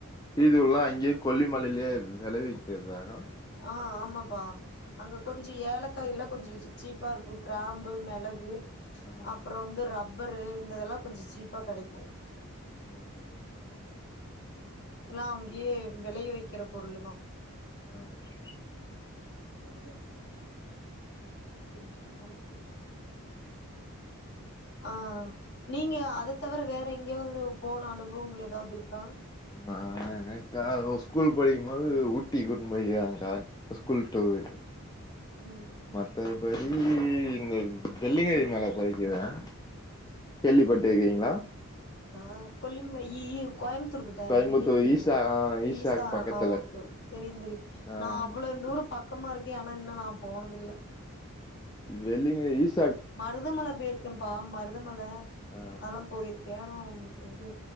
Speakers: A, on the left; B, on the left.
A: டீ தூள் எல்லாம் அங்கயே கொல்லிமலையிலயே விளைவிக்கிறதாகா
B: ஆஹ் ஆமாப்பா அங்க கொஞ்ச ஏலக் காயெல்லாம் கொஞ்சம் சீப்பா இருக்கும் கிராம்பு மிளகு
A: ஆ
B: அப்புறம் வந்து ரப் ப்பரு இந்ததெல்லாம் கொஞ்சம் சீப்பா கிடைக்கும்
A: ஓகே ஓகேங்க்கா
B: எல்லாம் அங்கயே விலைய வைக்கிற பொருள்தான்
A: ஆஹ் ஆஹ்
B: கொஞ்சம் கொஞ்சம் வருக்கும் ஆஹ் நீங்க அத தவிர வேற எங்கேயாவது போன அனுபவங்கள் ஏதாவது இருக்கா
A: நான் எனக்கா ஸ்கூல் படிக்கும்போது ஊட்டி போயிருக்காங்கக்கா ஸ்கூல் டூர்
B: ம்
A: மத்தபடி நீங்க இந்த வெள்ளியங்கிரி மலை போயிருக்கீங்களா கேள்விப்பட்டு இருக்கீங்களா
B: ஆஹ் கொல்லிமயில் கோயம்புத்தூர் கிட்ட
A: கோயம்புத்தூர்
B: வெள்ளிங்கிரி
A: ஈஷா
B: மல
A: ஈஷாக்கு
B: ஈஷா
A: பக்கத்துல
B: ஆஹ் ஓகே ஓகே தெரியும் தெரியும்
A: ஆ
B: நான் அவ்வளவு தூரம் பக்கமா இருக்கேன் இன்னும் நான் போனதில்ல
A: வெள்ளிங்க ஈஸ்
B: மருதமலை போயிருக்கேன்ப்பா மருதமலை
A: ஆ
B: அதெல்லாம் போயிருக்கேன் ஆ இது